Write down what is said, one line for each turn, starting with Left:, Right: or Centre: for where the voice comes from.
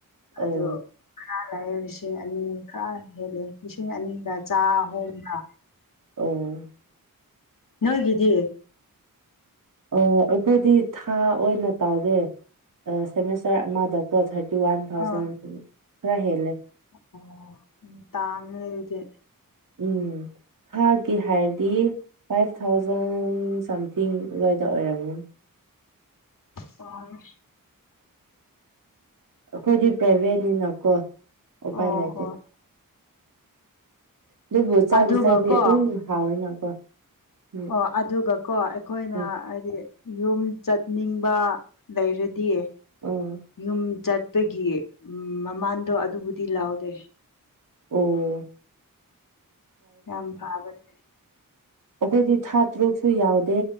Left: ꯑꯗꯨ
Right: ꯑꯣ
Left: ꯈꯔ ꯂꯩꯔ ꯂꯤꯁꯤꯡ ꯑꯅꯤ ꯈꯔ ꯍꯦꯜꯂꯦ ꯂꯤꯁꯤꯡ ꯑꯅꯤ ꯆꯥ ꯍꯨꯝꯔ
Right: ꯑꯣ
Left: ꯅꯣꯏꯒꯤꯗꯤ
Right: ꯑ ꯑꯩꯈꯣꯏꯗꯤ ꯊꯥ ꯑꯣꯏꯅ ꯇꯧꯗꯦ ꯑ ꯁꯦꯃꯤꯁꯇꯔ ꯑꯃꯗ ꯇ ꯊꯥꯔꯇꯤ ꯋꯥꯟ ꯊꯥꯎꯖꯟ
Left: ꯑꯥ
Right: ꯈꯔ ꯍꯦꯜꯂꯦ
Left: ꯑꯣ ꯎꯝ ꯇꯥꯡꯂꯦ ꯑꯗꯨꯗꯤ
Right: ꯎꯝ ꯊꯥꯒꯤ ꯍꯥꯏꯔꯗꯤ ꯐꯥꯏꯚ ꯊꯥꯎꯖꯟ ꯁꯝꯊꯤꯡ ꯑꯗꯨꯋꯥꯏꯗ ꯑꯣꯏꯔꯝꯅꯤ
Left: ꯄꯔꯣꯏ
Right: ꯑꯈꯣꯏꯗꯤ ꯄ꯭ꯔꯥꯏꯚꯦꯠꯅꯤꯅꯀꯣ ꯎꯄꯥꯏ
Left: ꯑꯣ
Right: ꯂꯩꯇꯦ
Left: ꯍꯣꯏ
Right: ꯑꯗꯨꯕꯨ ꯆꯥꯗꯤ
Left: ꯑꯗꯨꯒ
Right: ꯆꯥꯅꯤ
Left: ꯀꯣ
Right: ꯑꯗꯨꯝ ꯍꯥꯎꯋꯦꯅꯀꯣ ꯎꯝ
Left: ꯑ ꯑꯗꯨꯒꯀꯣ ꯑꯩꯈꯣꯏꯅ
Right: ꯎꯝ
Left: ꯍꯥꯏꯗꯤ ꯌꯨꯝ ꯆꯠꯅꯤꯡꯕ ꯂꯩꯔꯗꯤ
Right: ꯎꯝ
Left: ꯌꯨꯝ ꯆꯠꯄꯒꯤ ꯃꯃꯥꯟꯗꯣ ꯑꯗꯨꯕꯨꯗꯤ ꯂꯧꯗꯦ
Right: ꯑꯣ
Left: ꯌꯥꯝ ꯐꯥꯕꯅꯤꯅꯦ
Right: ꯑꯈꯣꯏꯗꯤ ꯊꯥ ꯇꯔꯨꯛꯁꯨ ꯌꯥꯎꯗꯦ